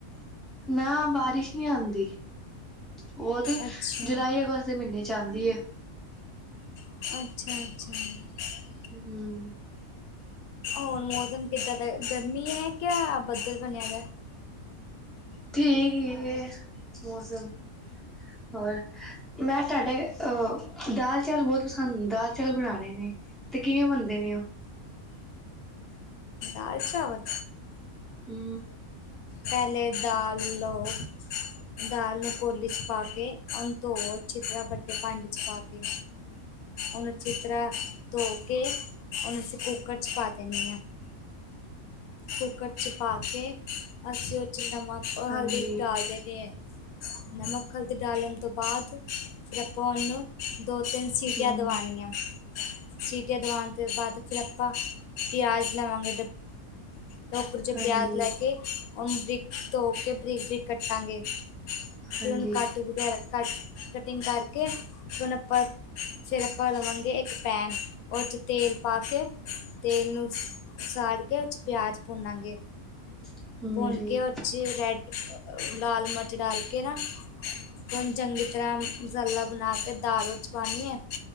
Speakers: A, in the centre; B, on the left (about 85°).
A: ਨਾ ਬਾਰਿਸ਼ ਨਹੀ ਆੰਦੀ ਉਹ ਤੇ
B: ਅੱਛਾ,
A: ਜੁਲਾਈ ਅਗਸਤ ਦੇ ਮਹੀਨੇ ਚ ਆੰਦੀ ਏ
B: ਅੱਛਾ-ਅੱਛਾ
A: ਹਮ
B: ਹੁਣ ਮੌਸਮ ਕਿੱਦਾਂ ਦਾ ਗਰਮੀ ਹੈ ਕਿਆ ਬੱਦਲ ਬਣਿਆ ਵਾ।
A: ਠੀਕ ਹੀ ਇਹ ਮੌਸਮ ਹੋਰ। ਮੈਂ ਤੁਹਾਡੇ ਅਹ ਦਾਲ ਚਾਲ ਬਹੁਤ ਪਸੰਦ ਦਾਲ ਚੌਲ ਬਣਾਉਣੇ ਨੇ। ਤੇ ਕਿਵੇਂ ਬਣਦੇ ਨੇ ਉਹ।
B: ਦਾਲ ਚਾਵਲ।
A: ਹੂ।
B: ਪਹਿਲੇ ਦਾਲ ਲਓ ਦਾਲ ਨੂੰ ਕੋਲੀ ਚ ਪਾ ਕੇ ਉਹਨੂੰ ਧੋ ਚੰਗੀ ਤਰਾਂ ਵੱਡੇ ਭਾਂਡੇ ਵਿੱਚ ਪਾ ਕੇ ਉਹਨੂੰ ਅੱਛੀ ਤਰਾਂ ਧੋ ਕੇ ਹੁਣ ਅਸੀਂ ਕੁੱਕਰ ਚ ਪਾ ਦੇਣੀ ਆ, ਕੁੱਕਰ ਚ ਪਾਕੇ ਅਸੀਂ ਉਹਦੇ ਚ ਨਮਕ ਹਲਦੀ
A: ਹਾਂਜੀ
B: ਡਾਲ ਦੇਣੀ ਆ ਨਮਕ ਹਲਦੀ ਡਾਲਣ ਤੋਂ ਬਾਅਦ ਫਿਰ ਆਪਾਂ ਉਹਨੂੰ ਦੋ ਤਿੰਨ ਸਿਟੀਆਂ
A: ਹੂੰ
B: ਦਵਾਨੀਆਂ ਸਿਟੀਆਂ ਦਵਾਨ ਤੋਂ ਬਾਅਦ ਫਿਰ ਆਪਾਂ ਪਿਆਜ਼ ਲਵਾਂਗੇ ਟੋਕਰੀ ਚ
A: ਹਾਂਜੀ,
B: ਪਿਆਜ਼ ਲੈ ਕੇ ਉਹ ਬਰੀਕ ਧੋ ਕੇ ਬਰੀਕ, ਬਰੀਕ ਕੱਟਾਂਗੇ। ਫਿਰ
A: ਹਾਂਜੀ,
B: ਉਹਨੂੰ ਕੱਟ ਵਗੈਰਾ ਕਟ ਕਟਿੰਗ ਕਰਕੇ ਸੋ ਅਪਾ ਰੱਪਾ ਲਵਾਂਗੇ ਇੱਕ ਪੈਨ ਉਹਦੇ ਚ ਤੇਲ ਪਾ ਕੇ ਤੇਲ ਨੂੰ ਸਾੜ ਕੇ ਉਹਦੇ ਚ ਪਿਆਜ ਭੁੰਨਾਂਗੇ।
A: ਹਾਂਜੀ।
B: ਭੂਨ ਕੇ ਚੀ ਰੈਡ ਲਾਲ ਮਿਰਚ ਡਾਲ ਕੇ ਨਾ ਉਹਨੂੰ
A: ਹੂੰ।
B: ਚੰਗੀ ਤਰ੍ਹਾਂ ਮਸਾਲਾ ਬਣਾ ਕੇ ਦਾਲ ਉਹਦੇ ਚ ਪਾਣੀ ਏ।